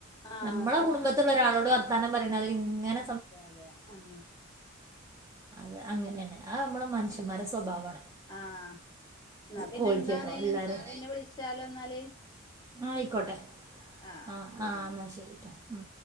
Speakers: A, on the left; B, on the right.
A: ആഹ്
B: നമ്മളെ കുടുംബത്തിള്ള ഒരാളോട് വർത്താനം പറയ്ണാതിരി ഇങ്ങന
A: ആ അതെ അതെ ഉം
B: അത് അങ്ങനേണ് അ നമ്മള് മനുഷ്യന്മാരെ സ്വഭാവാണ്
A: ആഹ് ന്നാ പിന്നന്താണ്
B: ക്വാളിറ്റി കേട്ടോ എല്ലാവരും
A: ന്ന പിന്നെ വിളിച്ചാലോ ന്നാല്
B: ആ ആയിക്കോട്ടെ
A: ആഹ്
B: ആ
A: ശരി
B: ആ
A: ഇന്നാ
B: എന്നാൽ ശരി കേട്ടോ